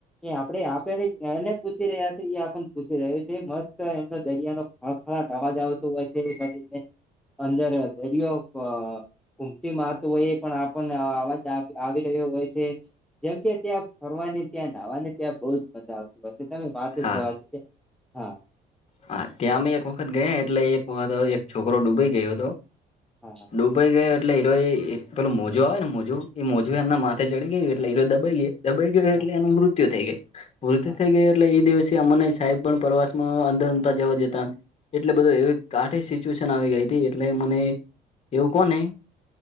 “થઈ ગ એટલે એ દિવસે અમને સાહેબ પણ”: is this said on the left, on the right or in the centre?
Left